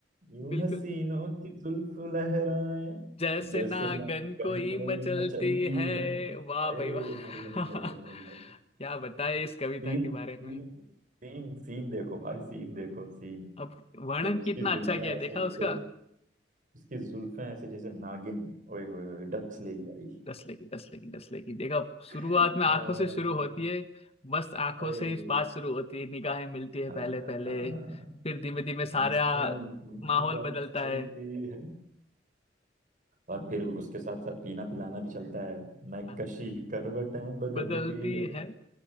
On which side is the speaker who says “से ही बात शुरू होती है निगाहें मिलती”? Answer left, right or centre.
Left